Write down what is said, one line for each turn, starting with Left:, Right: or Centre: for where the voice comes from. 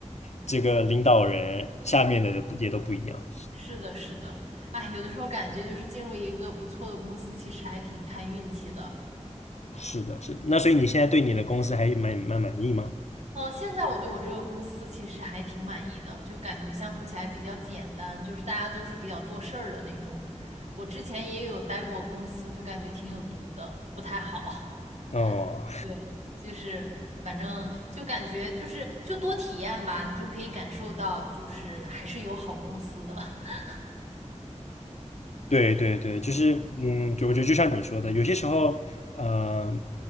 Left: 这个领导人下面的也不也都不一样。
Right: 是的，是的，哎，有的时候感觉就是进入一个不错的公司，其实还挺看运气的。
Left: 是的，是的那所以你现在对你的公司还蛮蛮满意吗？
Right: 哦，现在我对我这个公司其实还挺满意的，就感觉相处起来比较简单，就是大家都是比较做事儿的那种。我之前也有待过公司，就感觉挺有毒的，不太好。
Left: 哦，
Right: <laughs> 对，就是反正就感觉就是就多体验吧，你就可以感受到就是还是有好公司的。<laughs>
Left: 对对对，就是嗯，就我觉得就像你说的，有些时候，呃，